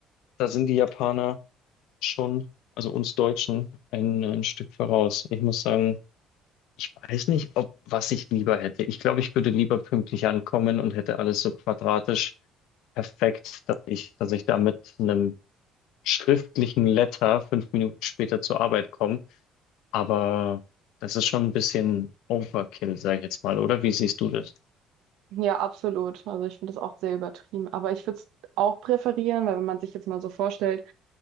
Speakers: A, on the left; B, on the right.
A: da sind die Japaner schon, also uns Deutschen, ein, ein Stück voraus. Ich muss sagen, ich weiß nicht, ob was ich lieber hätte. Ich glaube, ich würde lieber pünktlich ankommen und hätte alles so quadratisch perfekt, dass ich, dass ich da mit einem schriftlichen Letter fünf Minuten später zur Arbeit komme. Aber das ist schon ein bisschen Overkill, sage ich jetzt mal, oder? Wie siehst du das?
B: Ja, absolut. Also ich finde das auch sehr übertrieben. Aber ich würde es auch präferieren, weil wenn man sich jetzt mal so vorstellt,